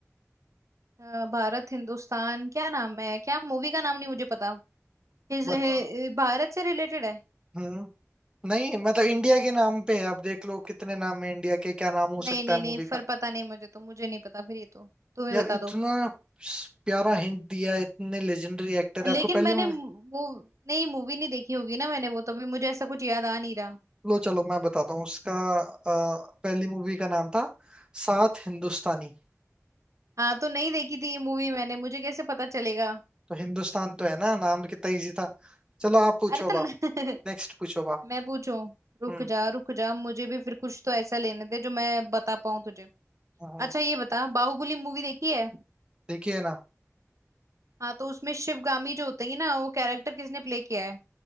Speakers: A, on the right (about 70°); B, on the right (about 15°).
A: अ, भारत हिंदुस्तान क्या नाम है क्या मूवी का नाम नहीं मुझे पता हिज,
B: बताओ
A: हि- भारत से रिलेटेड है
B: हम्म नहीं मतलब इंडिया के नाम पे है अब देख लो कितने नाम है इंडिया के क्या नाम हो
A: नहीं
B: सकता
A: नहीं
B: है
A: नहीं
B: मूवी
A: फिर
B: का
A: पता नहीं मुझे तो मुझे नहीं पता फिर ये तो तुम ही
B: यार
A: बता
B: इतना
A: दो
B: स- प्यारा हिंट दिया इतने लेजेंडरी एक्टर
A: लेकिन
B: है आपको पहली
A: मैंने
B: मूवी
A: वो नहीं मूवी नहीं देखी होगी ना मैंने वो तभी मुझे ऐसा कुछ याद आ नहीं रहा
B: लो चलो मैं बताता हूँ उसका अ, पहली मूवी का नाम था सात हिंदुस्तानी
A: हाँ तो नहीं देखी थी ये मूवी मैंने मुझे कैसे पता चलेगा
B: तो हिंदुस्तान तो है ना नाम कितना इजी था चलो आप पूछो
A: अरे
B: अब
A: तो
B: आप
A: न- <laughs>
B: नेक्स्ट पूछो अब आप
A: मैं पूछूं रुक
B: हम्म
A: जा रुक जा मुझे भी फिर कुछ तो ऐसा लेने दे जो मैं बता पाऊं तुझे
B: हाँ,
A: अच्छा ये बता बाहुबली मूवी देखी है
B: देखिए ना
A: हाँ तो उसमें शिवगामी जो होते हैं ना वो कैरेक्टर किसने प्ले किया है